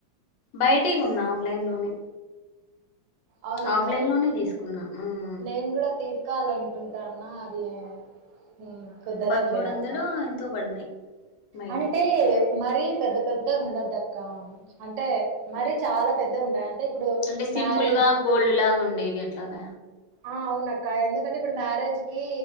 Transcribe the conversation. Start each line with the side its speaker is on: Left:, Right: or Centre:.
Left: బయిటి కొన్నా ఆఫ్లైన్ లోనే
Right: అవునక్క
Left: ఆఫ్లైన్ లోనే తీసుకున్నా హ్మ్
Right: నేను గుడా తీసుకోవాలనుకుంటాన్నా అది హ్మ్ కుదరట్లేదు
Left: పదమూడు వందలు
Right: అక్క
Left: ఎంతో పడినాయి బయటే
Right: అంటే మరి పెద్ద పెద్ పెదే ఉండద అక్క అంటే మరి చాలా పెద్ద ఉంటాయి అంటే ఇప్పుడు
Left: అంటే సింపుల్
Right: మ్యారేజ్
Left: గా గోల్డ్ లాగ ఉండేవి అట్లన
Right: ఆ అవునక్క ఎందుకంటే ఇప్పుడు మ్యారేజ్ కి